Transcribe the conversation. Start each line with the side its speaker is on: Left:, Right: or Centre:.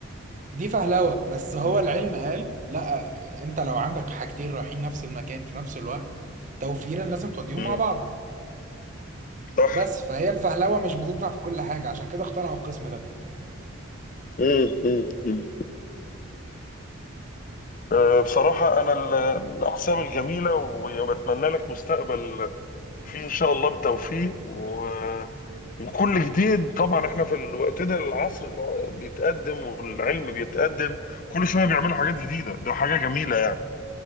Right: دي فهلوة بس هو
Left: امم
Right: العلم قال لا انت لو عندك حاجتين رايحين نفس المكان في نفس الوقت توفيرا لازم توديهم
Left: امم
Right: مع بعض
Left: صح
Right: بس فهي الفهلوة مش بتنفع في كل حاجة عشان كده اخترعوا القسم ده
Left: امم امم أمم. آه، بصراحة أنا ال- من الأقسام الجميلة وبتمنى لك مستقبل فيه إن شاء الله بالتوفيق و وكل جديد طبعا احنا في الوقت ده العصر اللي هو بيتقدم والعلم بيتقدم كل شويه بيعملوا حاجات جديده ده حاجه جميله يعني